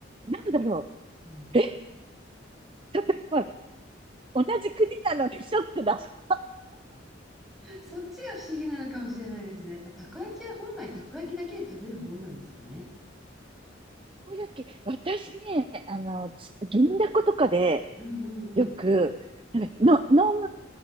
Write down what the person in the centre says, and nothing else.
ん
そっちが不思議なのかもしれないですね。たたこ焼きは本来たこ焼きだけで食べるもんなんですかね。
うんうんうん。